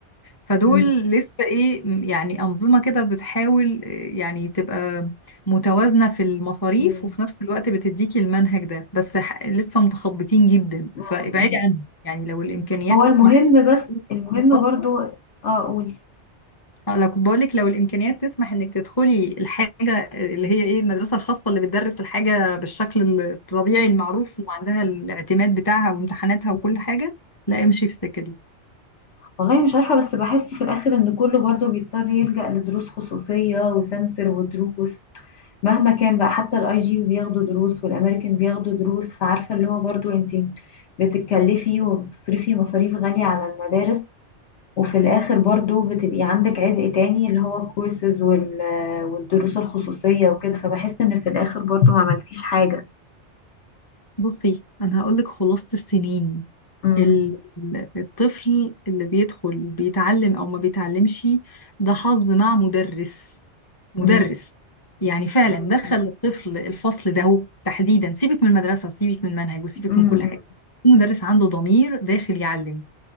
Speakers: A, on the left; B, on the left.
A: فدول
B: مم.
A: لسه ايه م- يعني انظمه كده بتحاول آه، يعني تبقى متوازنه في المصاريف
B: مم.
A: وفي نفس الوقت بتديكي المنهج ده بس ح- لسه متخبطين جدا
B: مم.
A: فابعدي عنهم يعني لو الامكانيات
B: هو المهم
A: تسمح
B: بس المهم
A: خاصه
B: برضو آه قولي
A: اه لو كنت بقولك لو الامكانيات تسمح انك تدخلي الحاجه اللي هي ايه المدرسه الخاصه اللي بتدرس الحاجه بالشكل الطبيعي المعروف وعندها الاعتماد بتاعها وامتحاناتها
B: مم.
A: وكل حاجه لا امشي في السكه دي
B: والله مش عارفة بس بحس في الآخر إن كله برضه بيضطر يلجأ لدروس خصوصية وسنتر ودروس مهما كان بقى حتى الاي جي بياخدوا دروس والامريكان بياخدوا دروس فعارفة اللي هو برضه انت بتتكلفي وبتصرفي مصاريف غالية على المدارس وفي الآخر برضه بتبقي عندك عبء تاني اللي هو الكورسز وال- والدروس الخصوصية وكده فبحس إن في الآخر برضه ما عملتيش حاجة
A: بصي انا هقولك خلاصة السنين
B: امم
A: ال- ال- الطفل اللي بيدخل بيتعلم او ما بيتعلمش ده حظ مع مدرس مدرس
B: امم
A: يعني فعلا
B: امم
A: دخل الطفل الفصل ده هو تحديدا سيبك من المدرسة وسيبك من المنهج وسيبك
B: امم
A: من كل حاجة المدرس عنده ضمير داخل يعلم